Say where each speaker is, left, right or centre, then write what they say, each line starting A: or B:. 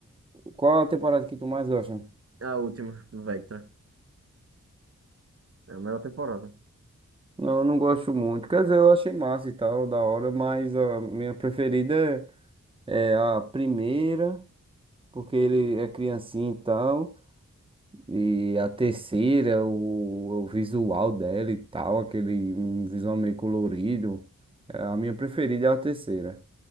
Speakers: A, on the right; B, on the right.
A: qual a temporada que tu mais gosta?
B: A última, do Vectra. É a melhor temporada.
A: Não, eu não gosto muito. Quer dizer, eu achei massa e tal, da hora, mas a minha preferida é a primeira, porque ele é criancinha e tal. E a terceira, o, o visual dela e tal, aquele um visual meio colorido. É, A minha preferida é a terceira.